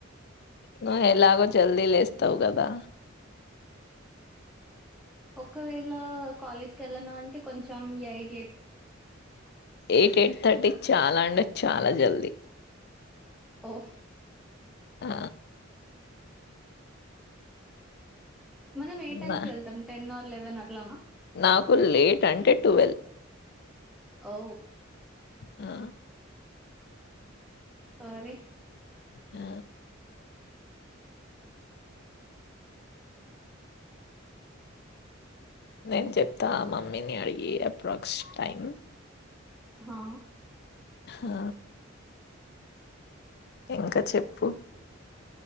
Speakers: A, on the left (about 55°); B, in the centre.
A: నూ ఎలాగో జల్దీ లేస్తావ్ కదా
B: ఒకవేళ కాలేజ్కి వెళ్ళను అంటే కొంచెం ఎయి
A: ఎయిట్ ఎయిట్ థర్టీ చాలా అంటే చాలా జల్దీ
B: ఓ
A: ఆ
B: మనం ఏ టైమ్
A: నా
B: కి వెళ్తాం టెన్ ఆర్ లెవెన్ అట్లానా
A: నాకు లేట్ అంటే ట్వెల్వ్
B: ఓ
A: ఆ
B: సరే
A: ఆ నేను చెప్తా మమ్మీని అడిగి అప్రాక్స్ టైం
B: హా
A: ఆ ఇంకా చెప్పు